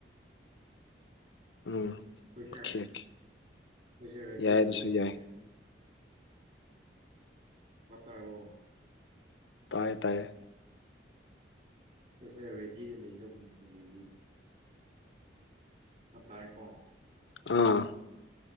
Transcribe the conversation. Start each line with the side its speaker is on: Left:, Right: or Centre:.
Left: ꯎꯝ
Right: ꯀꯣꯏꯁꯦ
Left: ꯑꯣꯀꯦ ꯑꯣꯀꯦ
Right: ꯀꯣꯏꯁꯦ ꯔꯦꯗꯤ
Left: ꯌꯥꯏ
Right: ꯂꯩꯔꯗꯕꯅꯦ
Left: ꯑꯗꯨꯁꯨ ꯌꯥꯏ
Right: <unintelligible>
Left: ꯇꯌꯦ ꯇꯥꯏꯌꯦ
Right: ꯁꯔ ꯔꯦꯗꯤꯗ ꯂꯩꯗꯧꯕꯅꯦꯕ ꯔꯦꯗꯤꯗ <inaudible> <unintelligible>
Left: ꯑꯥ